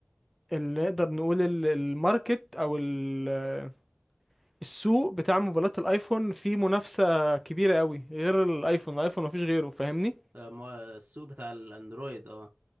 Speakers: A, in the centre; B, on the right.
A: اللي نقدر نقول ال- الماركت او ال- السوق بتاع موبايلات الايفون فيه منافسة كبيرة قوي غير الايفون الايفون مفيش غيره فاهمني
B: ده مو- السوق بتاع الاندرويد اه